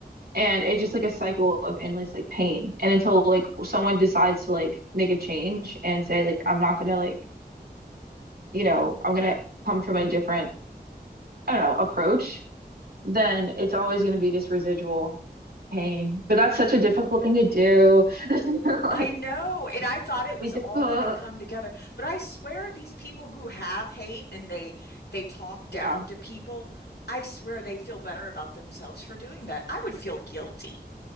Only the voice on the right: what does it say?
And it's just like a cycle of endless like pain. And until like someone decides to like make a change and say like I'm not gonna like, you know, I'm gonna come from a different, I don't know, approach then it's always going to be just residual pain. But that's such a difficult thing to do. <laughs> Like,
be difficult.
Yeah.